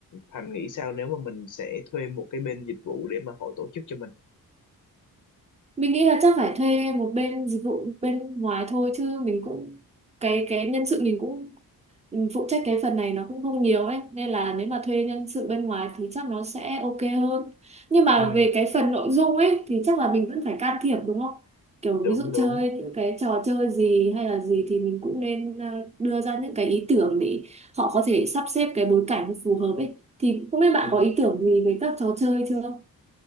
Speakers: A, on the left (about 55°); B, on the right (about 20°).
A: Thành nghĩ sao nếu mà mình sẽ thuê một cái bên dịch vụ để mà họ tổ chức cho mình
B: mình nghĩ là chắc phải thuê một bên dịch vụ bên ngoài thôi chứ mình cũng cái cái nhân sự mình cũng ừ, phụ trách cái phần này nó cũng không nhiều ấy nên là nếu mà thuê nhân sự bên ngoài thì chắc nó sẽ ok hơn nhưng mà
A: ừ,
B: về cái phần nội dung ấy thì chắc là mình vẫn phải can thiệp đúng không kiểu
A: đúng
B: ví dụ
A: đúng
B: chơi những cái trò chơi gì hay là gì thì mình cũng nên ờ, đưa ra những cái ý tưởng để họ có thể sắp xếp cái bối cảnh nó phù hợp ấy thì không biết bạn
A: ừ.
B: có ý tưởng gì về các trò chơi chưa